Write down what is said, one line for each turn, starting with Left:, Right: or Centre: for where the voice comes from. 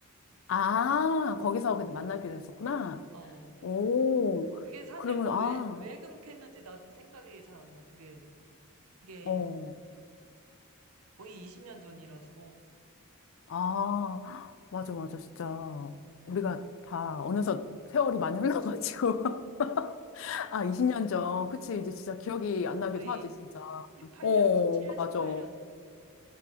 Left: 아, 거기서 근데 만나기로 했었구나.
Right: 어.
Left: 오,
Right: 그게 사실
Left: 그러면,
Right: 그
Left: 아,
Right: 왜, 왜 그렇게 했는지 나도 생각이 잘 안 나. 그게, 그게
Left: 어,
Right: 거의 20년 전이라서
Left: 아, 맞아, 맞아, 진짜. 우리가 다 어느덧 세월이 많이 흘러가지고. <laughs> 아, 20년 전. 그치,
Right: 어,
Left: 이제 진짜 기억이 안
Right: 거의
Left: 나기도 하지, 진짜.
Right: 18년?
Left: 어,
Right: 17년?
Left: 맞아.
Right: 18년. 음,